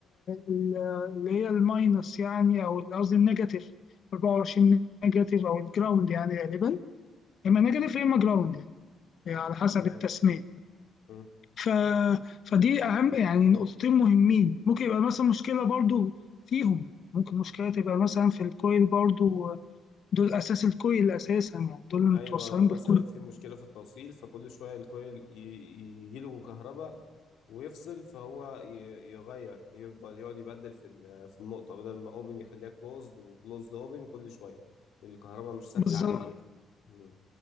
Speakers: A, on the left (about 55°); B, on the left (about 80°).
A: ال- اللي هي الماينس يعني او قصدي النيجاتيف 24 نيجاتيف او الجراوند يعني غالبا يا اما نيجاتيف يا اما جراوند يعني, يعني على حسب
B: تمام
A: التسميه
B: مم.
A: ف... فدي اهم يعني نقطتين مهمين ممكن يبقى مثلا مشكله برضو فيهم ممكن مشكله تبقى مثلا في الكويل برضو دول اساس الكويل اساسا يعني دول اللي
B: ايوه
A: متوصلين
B: مثلا
A: بالكويل
B: في مشكلة في التوصيل فكل شوية الكويل يجي له كهرباء ويفصل فهو ي- يغير يفضل يقعد يبدل في ال- في النقطة بدل ما اوبن يخليها كلوزد وكلوزد اوبن كل شوية الكهرباء مش ثابتة
A: بالظبط
B: عليه يعني مم.